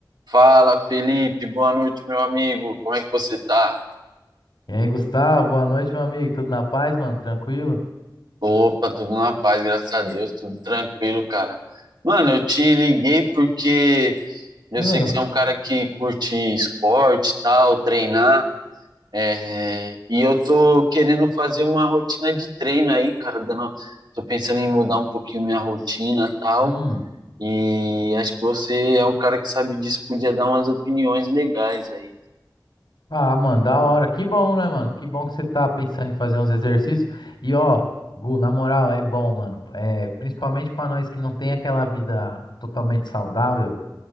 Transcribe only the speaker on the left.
E aí, Gustavo, boa noite, meu amigo. Tudo na paz, mano? Tranquilo?
Ah,
Hum.
Ah, mano, da hora. Que bom, né, mano? Que bom que você tá pensando em fazer uns exercícios. E ó, Gu, na moral, é bom, mano. É, principalmente pra nós que não tem aquela vida totalmente saudável,